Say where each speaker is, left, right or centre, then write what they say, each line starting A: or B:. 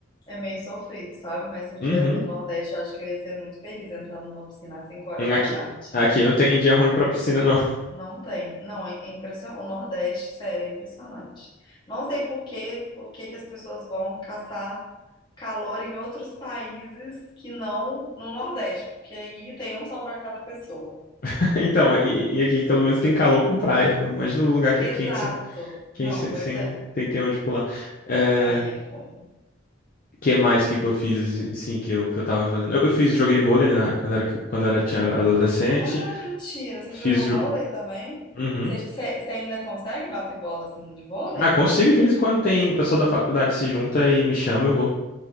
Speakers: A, on the left (about 20°); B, on the left (about 40°).
A: é meio sofrido, sabe? Mas se eu estivesse
B: Uhum.
A: no Nordeste, eu acho que eu ia ser muito feliz entrando numa piscina às 5 horas da
B: Aqui,
A: tarde.
B: aqui não tem dia ruim pra piscina, não.
A: Não tem. Não, é é impressionante. O Nordeste, sério, é impressionante. Não sei por quê, por que que as pessoas vão caçar calor em outros países que não no Nordeste, porque aí tem um sol para cada pessoa.
B: <laughs> Então, e, e aqui pelo menos tem calor com praia. Imagina um lugar que
A: Exato.
B: é quente sem, quente
A: Não,
B: sem,
A: pois
B: sem,
A: é.
B: sem ter onde pular. É,
A: Aí é foda.
B: que mais que, que eu fiz, assim que eu, que eu tava fazendo? Eu, eu fiz, joguei vôlei né, na- quando era, quando era, tinha- era adolescente.
A: Ah, mentira. Você
B: Fiz.
A: jogou
B: ju-
A: vôlei também?
B: Uhum.
A: Você, você- você ainda consegue bater bola assim de vôlei?
B: Ah, consigo, de vez em quando tem o pessoal da faculdade se junta e me chama, eu vou.